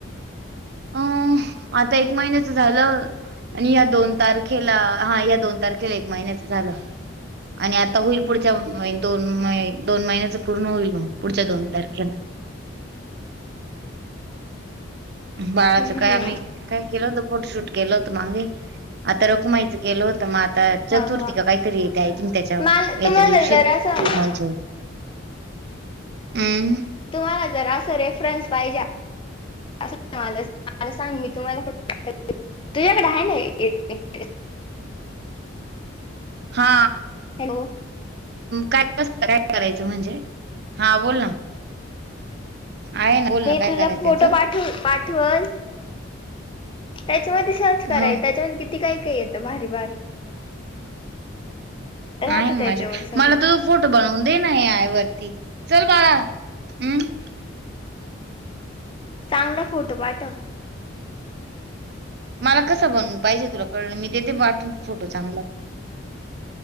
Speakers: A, on the right; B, on the left.
A: अ आता एक महिन्याच झालं आणि या दोन तारखेला हा या दोन तारखेला एक महिन्याचं झालं आणि आता होईल पुढच्या दोन दोन महिन्याचं पूर्ण होईल मग पुढच्या दोन तारखेला बाळाचं
B: हम्म
A: काय
B: हम्म
A: आम्ही काय केलं होत फोटोशूट केलं होतं मागे आता रकुमायचं केलं होतं मग आता चतुर्थी
B: हा हा
A: का काहीतरी येते आहे तुम्ही त्याच्यावर
B: मला
A: याच्या्या
B: तुम्हाला
A: दिवशी
B: जरा असं
A: टू म्ह हम्म
B: तुम्हाला जर असं रेफरन्स पाहिजे अस म मला सांग मी तुम्हाला तुझ्याकडे आहे ना एक मि
A: हा
B: हॅलो
A: काय काय करायचं म्हणजे हा बोल ना आहे ना बोल
B: मी
A: ना काय
B: तुला
A: करायचं
B: फोटो
A: त्याच
B: पाठव पाठवल त्याच्यामध्ये सर्च कराय
A: ह
B: त्याच्यामध्ये किती ती काही काही येतं भारी भारी. राहतं
A: आहे ना
B: त्याच्यावर
A: माझ्या
B: सगळं
A: मला तु <unintelligible> फोटो बनव दे ना, ऐ आय वरती चल बाळा अम्म.
B: चांगला फोटो पाठव.
A: मला कसं बनवून पाहिजे तुला कळल मी देते पाठवून फोटो चांगला.